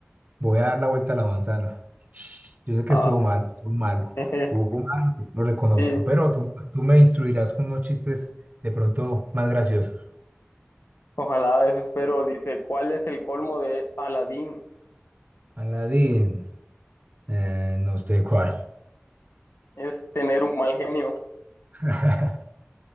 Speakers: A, on the right; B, on the left.
A: voy a dar la vuelta a la manzana. Yo sé que
B: Ah,
A: estuvo malo, estuvo malo,
B: <laughs>
A: estuvo malo, lo reconozco,
B: sí,
A: pero tú, tú me instruirás con unos chistes de pronto más graciosos.
B: ojalá eso espero. Dice, ¿cuál es el colmo de Aladín?
A: Aladín, eh, no sé cuál.
B: Es tener un mal genio.
A: <laughs>